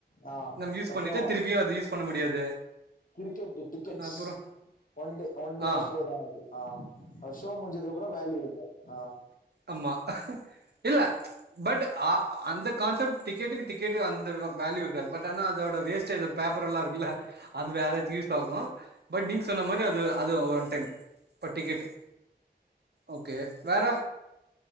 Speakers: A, on the left; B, on the right.
A: ஆ
B: நம்ம யூஸ்
A: அப்புறம்
B: பண்ணிட்டு, திருப்பியும் அத யூஸ் பண்ண முடியாது.
A: கிரிக்கெட் டிக்கெட்ஸ்
B: அப்புறோ
A: ஒன்டே ஒன்டே
B: ஆ
A: ஷோ தான் அது. ஆஹ், ஷோ முடிஞ்சதுக்கு அப்புறம் வேல்யூ இல்ல. ஆஹ்!
B: அமா இல்ல பட் அ அந்த கான்செப்ட் டிக்கெட்டுக்கு. டிக்கெட்டு அந்த வேல்யூ இருக்காது. பட், ஆனா அதோட வேஸ்டேஜ் பேப்பர் எல்லாம் இருக்குல்ல. அது வேற தியூசாகும். பட் நீங்க சொன்ன மாரி, அது அது ஒன் டைம். பட்டிகட் ஓகே வேற.